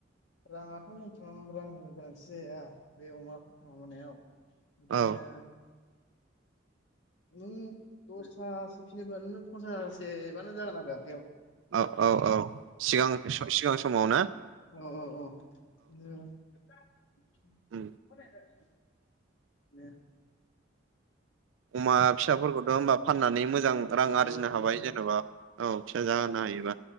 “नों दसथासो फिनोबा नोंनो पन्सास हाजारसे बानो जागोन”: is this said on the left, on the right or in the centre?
Left